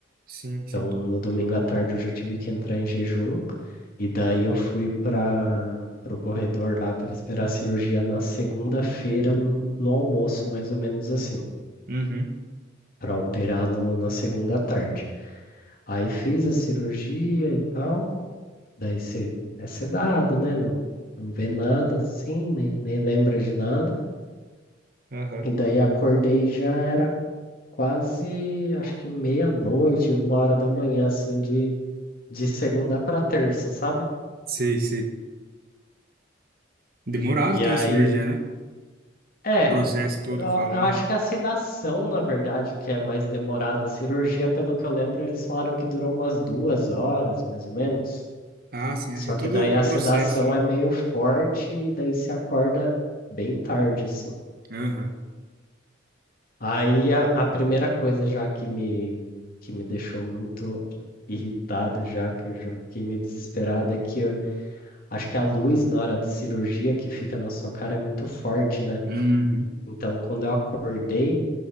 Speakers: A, on the right; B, on the left.
A: Sim, sim.
B: Então, no domingo à tarde eu já tive que entrar em jejum. E daí eu fui para o corredor lá para esperar a cirurgia na segunda-feira, no no almoço, mais ou menos assim,
A: Uhum.
B: para operar no, na segunda à tarde. Aí fiz a cirurgia e tal, daí você é sedado, né? Não, não vê nada assim, nem, nem lembra de nada.
A: Aham.
B: E daí acordei e já era quase, acho que meia-noite, uma hora da manhã, assim, de, de segunda para terça, sabe?
A: Sei, sei. Demorado
B: E
A: ter
B: aí,
A: uma cirurgia, né?
B: é,
A: O processo todo,
B: eu,
A: eu falo,
B: eu
A: né?
B: acho que a sedação, na verdade, que é mais demorada. A cirurgia, pelo que eu lembro, eles falaram que durou umas duas horas, mais ou menos.
A: Ah, sim,
B: Só
A: acho que é todo
B: que daí a
A: o processo,
B: sedação
A: né?
B: é meio forte e daí se acorda bem tarde, assim.
A: Aham.
B: Aí a, a primeira coisa já que me, que me deixou muito irritado já, que eu já fiquei meio desesperado, é que eu, acho que a luz na hora de cirurgia que fica na sua cara é muito forte, né?
A: Uhum.
B: Então, quando eu acordei,